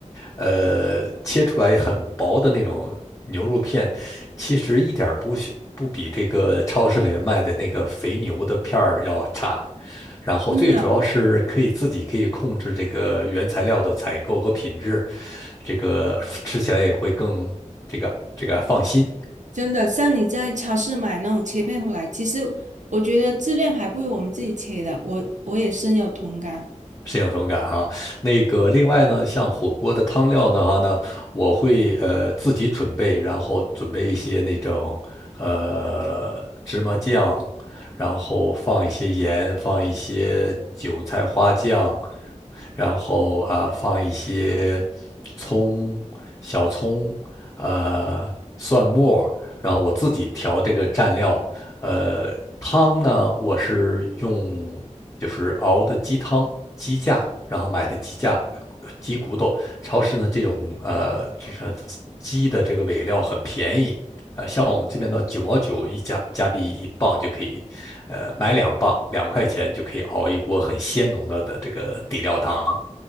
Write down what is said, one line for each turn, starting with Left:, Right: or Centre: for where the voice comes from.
Left: 呃，切出来很薄的那种牛肉片，其实一点儿不是不比这个超市里面卖的那个肥牛的片儿要差，然后最主要是可以自己可以控制这个原材料的采购和品质，
Right: 真的
Left: 这个吃起来也会更这个这个放心。
Right: 真的，像你在超市买那种切片回来，其实我觉得质量还不如我们自己切的，我我也深有同感。
Left: 深有同感哈。那个，另外呢，像火锅的汤料的话呢，我会呃自己准备，然后准备一些那种呃芝麻酱，然后放一些盐，放一些韭菜花酱，然后啊放一些葱、小葱、呃蒜末。然后我自己调这个蘸料。呃，汤呢，我是用就是熬的鸡汤、鸡架，然后买的鸡架、呃鸡骨头。超市呢，这种呃，就是鸡的这个尾料很便宜，呃，像我们这边的九毛九一加加币一磅就可以，呃，买两磅，两块钱就可以熬一锅很鲜浓的的这个底料汤。